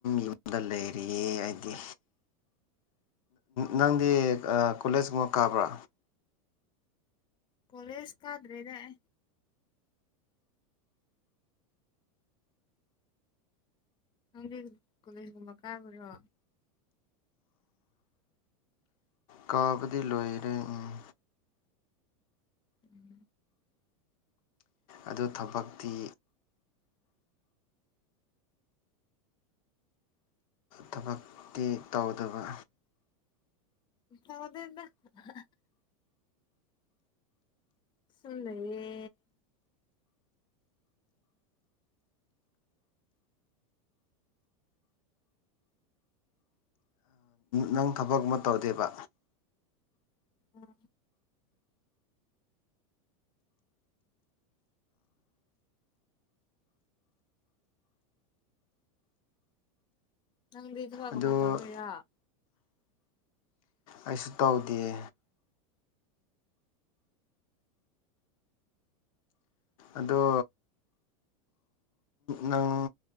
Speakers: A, on the left; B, on the left.
A: ꯌꯨꯝꯗ ꯂꯩꯔꯤꯌꯦ ꯑꯩꯗꯤ ꯅꯪꯗꯤ ꯑꯥ ꯀꯣꯂꯦꯖꯀꯨꯝꯕ ꯀꯥꯕ꯭ꯔꯥ
B: ꯀꯣꯂꯦꯁ ꯀꯗ꯭ꯔꯦꯗ ꯑꯩ ꯅꯪꯗꯤ ꯀꯣꯂꯦꯖꯒꯨꯝꯕ ꯀꯥꯕ꯭ꯔꯣ
A: ꯀꯥꯕꯗꯤ ꯂꯣꯏꯔꯦ ꯑꯪ
B: ꯎꯝ
A: ꯑꯗꯨ ꯊꯕꯛꯇꯤ ꯊꯕꯛꯇꯤ ꯇꯧꯗꯕ
B: ꯇꯧꯗꯦꯗ ꯍꯥꯍꯥꯍꯥ ꯁꯨꯝ ꯂꯩꯌꯦ
A: ꯅꯪ ꯊꯕꯀꯨꯝꯕ ꯇꯧꯗꯦꯕ
B: ꯎꯝ ꯅꯪꯗꯤ ꯊꯕꯛ
A: ꯑꯗꯨ
B: ꯀꯨꯝꯕ ꯇꯧꯕꯩꯔꯣ
A: ꯑꯩꯁꯨ ꯇꯧꯗꯤꯌꯦ ꯑꯗꯣ ꯅꯪ